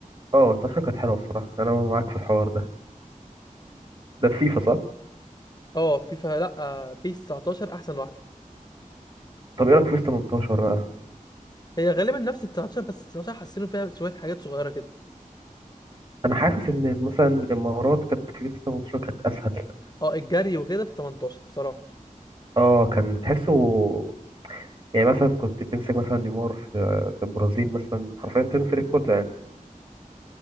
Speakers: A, on the right; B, on the left.
A: أه 19 كانت حلوة بصراحة أنا معاك في الحوار ده ده في فيفا صح؟
B: اه فيفا لا آه، بيس 19 احسن واحدة
A: طب إيه رأيك في بيس 18 بقى؟
B: هي غالبا نفس ال 19 بس 19 حسنوا فيها شوية حاجات صغيرة كده
A: أنا حاسس إن مثلا المهارات كانت في بيس 18 كانت أسهل
B: اه الجري وكده في 18 بصراحة
A: أه كان تحسه يعني مثلا كنت بتمسك مثلا نيمار في في البرازيل مثلا حرفيا تمسك الكورة يعني